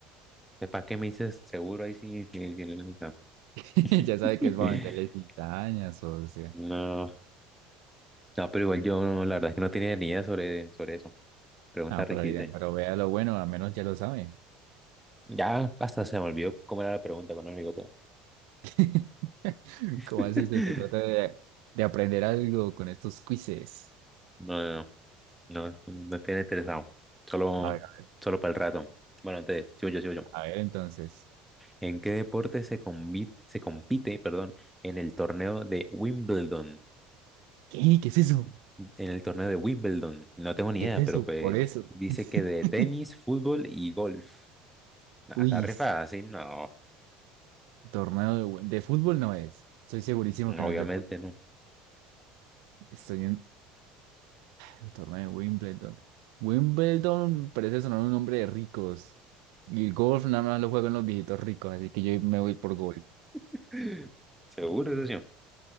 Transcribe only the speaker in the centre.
¿para qué me dices seguro ahí sí? sí, sí, la neta.
<laughs>
No, no, pero igual yo, no, la verdad es que no tenía ni idea sobre, sobre eso. Pregunta
requisita.
Ya hasta se me olvidó cómo era la pregunta cuando me digo todo.
<laughs>
No, no, no, no tiene interesado. Solo,
solo para el rato. Bueno, entonces, sigo yo, sigo yo.
¿En qué deporte se combi- se compite, perdón, en el torneo de Wimbledon?
En el torneo de Wimbledon. No tengo ni
idea,
pero pues
dice
que de tenis, fútbol y golf. Nah,
está rifada sí no,
obviamente
no.
<clears throat> <laughs> Seguro, eso sí.